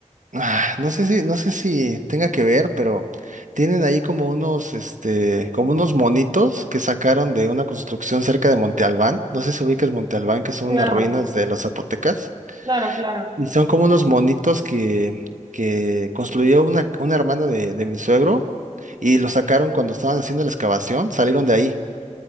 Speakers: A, on the right; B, on the right.
A: ah, no sé si, no sé si tenga que ver, pero tienen ahí como unos, este, como unos monitos que sacaron de una construcción cerca de Monte Albán. No sé si ubicas Monte Albán, que son
B: Claro,
A: unas ruinas de los zapotecas.
B: claro, claro.
A: Y son como unos monitos que, que construyó una, una hermana de, de mi suegro y los sacaron cuando estaban haciendo la excavación, salieron de ahí